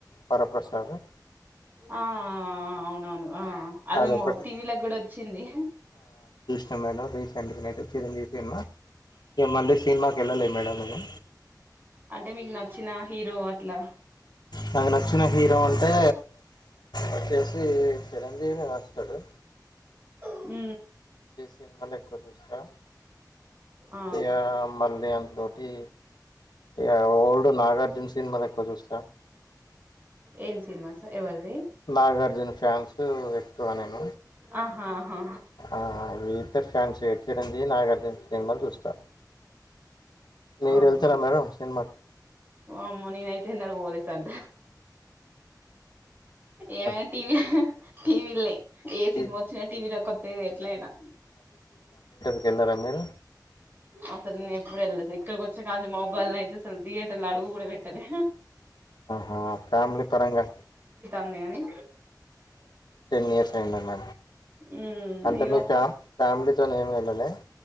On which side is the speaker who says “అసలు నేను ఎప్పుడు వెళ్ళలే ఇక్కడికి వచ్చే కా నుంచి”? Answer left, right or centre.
Right